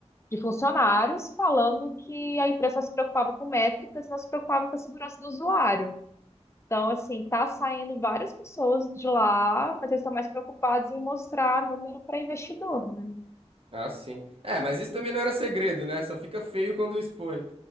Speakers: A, on the left; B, on the right.
A: de funcionários falando que a empresa só se preocupava com métricas e não se preocupava com a segurança do usuário. Então, assim, tá saindo várias pessoas de lá, mas eles estão mais preocupados em mostrar número para investidor, né?
B: Ah, sim. É, mas isso também não era segredo, né? Só fica feio quando expõe.